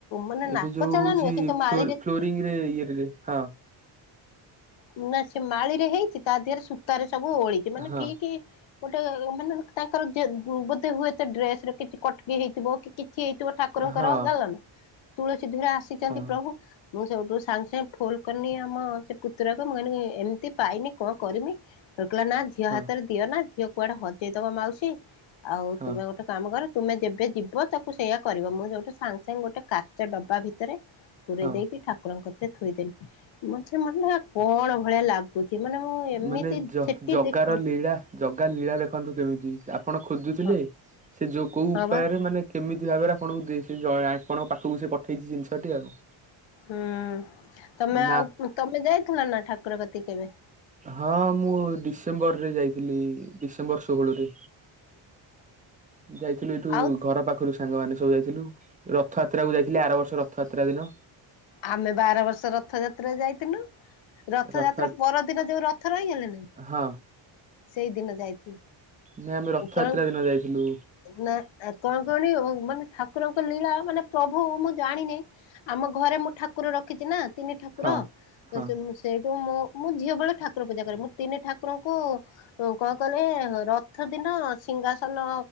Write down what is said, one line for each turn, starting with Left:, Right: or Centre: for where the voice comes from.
Left: ମାନେ
Right: ଏବେ
Left: ନାକଚଣା
Right: ଯୋଉ ହଉଛି
Left: ନୁହେଁ କିନ୍ତୁ ମାଳିରେ
Right: ଫ୍ଲୋରିଂ ରେ ଇଏରେ ହଁ।
Left: ନା ସେ ମାଳିରେ ହେଇଛି ତା ଦେହରେ ସୂତାରେ ସବୁ ଓହଳିଛି ମାନେ
Right: ହଁ
Left: ଠିକି ଗୋଟେ ମାନେ ତାଙ୍କର ବୋଧେ ହୁଏତ ଡ୍ରେସ କିଛି କଟକି ହେଇଥିବ ତ କିଛି ହେଇଥିବ ଠାକୁରଙ୍କର
Right: ହଁ
Left: ଯାଣିଲନା ତୁଳସୀ ଧୂରେ ଆସିଛନ୍ତି
Right: ହଁ
Left: ପ୍ରଭୁ ମୁଁ ସବଠୁ ସାଙ୍ଗେ ସାଙ୍ଗେ ଫୁଲ କରିନି ଆମ ସେ ପୁତୁରାକୁ ମୁଁ କହିନି ଏମିତି ପାଇନି କଣ କରିମି କହିଲା ନା ଝିଅ
Right: ହଁ
Left: ହାତରେ ଦିଅ ନା ଝିଅ କୁଆଡେ ହଜେଇ ଦବ ମାଉସୀ ଆଉ
Right: ହଁ
Left: ତୁମେ ଗୋଟେ କାମ କର ତୁମେ ଯେବେ ଯିବ ତାକୁ ସେଇୟା କରିବ ମୁଁ ଯୋଉଠୁ ସାଙ୍ଗ ସାଙ୍ଗେ ଗୋଟେ କାଚ ଡବା ଭିତରେ ପୂରେଇ
Right: ହଁ
Left: ଦେଇକି ଠାକୁରଙ୍କ କତିରେ ଥୋଇଦେଲି ସେ ମ କଣ ଭଳିଆ ଲାଗୁଛି? ମାନେ ମୁଁ ଏମିତି
Right: ମାନେ
Left: ସେଠି
Right: ଜଗାର
Left: ଦେଖିନି।
Right: ଲୀଳା ଜଗା ଲୀଳା ଦେଖନ୍ତୁ କେମିତି। ଆପଣ ଖୋଜୁଥିଲେ
Left: ହଁ
Right: ସେ ଯୋଉ କୋଉ
Left: ହଁ
Right: ଉପାୟରେ
Left: ବା
Right: ମାନେ କେମିତି ଭାବରେ ଆପଣଙ୍କୁ ଦେଇ ଆପଣଙ୍କ ପାଖକୁ ସେ ପଠେଇଛି ଜିନିଷଟି ଆଉ।
Left: ହୁଁ ତମେ
Right: ନା
Left: ଆଉ ତମେ ଯାଇଥିଲ ନା ଠାକୁର କତିକି କେବେ?
Right: ହଁ ମୁଁ ଡିସେମ୍ବରରେ ଯାଇଥିଲି ଡିସେମ୍ବର ଷୋହଳରେ। ଯାଇଥିଲୁ ଏଇଠୁ
Left: ଆଉ
Right: ଘର ପାଖରୁ ସାଙ୍ଗମାନେ ସବୁ ଯାଇଥିଲୁ ରଥଯାତ୍ରା କୁ ଯାଇଥିଲି ଆର ବର୍ଷ ରଥଯାତ୍ରା ଦିନ।
Left: ଆମେ ପା ଆର ବର୍ଷ ରଥଯାତ୍ରା ଯାଇଥିନୁ। ରଥଯାତ୍ରା
Right: ରଥ
Left: ପରଦିନ ଯୋଉ ରଥ ରହିଗଲେନି ନା
Right: ହଁ
Left: ସେଇଦିନ ଯାଇଥିଲୁ।
Right: ନାଇଁ ଆମେ ରଥଯାତ୍ରା
Left: କଣ
Right: ଦିନ ଯାଇଥିଲୁ
Left: ନା କଣ କୁହନି ମାନେ ଠାକୁରଙ୍କ ଲୀଳା ମାନେ ପ୍ରଭୁ ମୁଁ ଜାଣିନି ଆମ ଘରେ ମୁଁ ଠାକୁର ରଖିଛି ନା। ତିନି ଠାକୁର
Right: ହଁ ହଁ
Left: ସେଇଠୁ ମୁଁ ମୁଁ ଝିଅ ବେଳେ ଠାକୁର ପୂଜା କରେ ମୁଁ ତିନି ଠାକୁରଙ୍କୁ କଣ କଲେ ରଥ ଦିନ ସିଂହାସନ